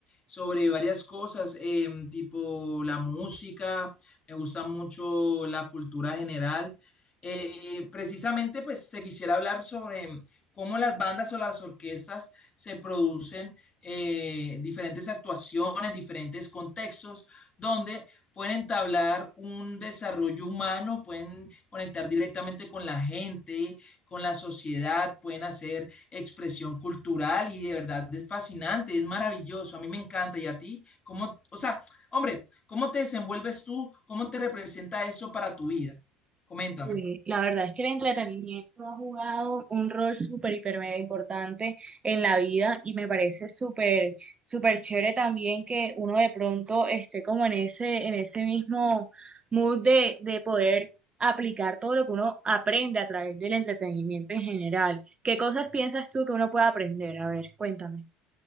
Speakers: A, on the left; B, on the right.
A: sobre varias cosas, em, tipo la música, me gusta mucho la cultura general. Eh, precisamente, pues te quisiera hablar sobre em, cómo las bandas o las orquestas se producen eh, diferentes actuaciones, diferentes contextos, donde pueden entablar un desarrollo humano, pueden conectar directamente con la gente con la sociedad, pueden hacer expresión cultural y de verdad es fascinante, es maravilloso, a mí me encanta y a ti, ¿cómo, o sea, hombre, ¿cómo te desenvuelves tú? ¿Cómo te representa eso para tu vida? Coméntame.
B: Uy, La verdad es que el entretenimiento ha jugado un rol súper, hiper, mega importante en la vida y me parece súper, súper chévere también que uno de pronto esté como en ese, en ese mismo mood de, de poder aplicar todo lo que uno aprende a través del entretenimiento en general. ¿Qué cosas piensas tú que uno puede aprender? A ver, cuéntame.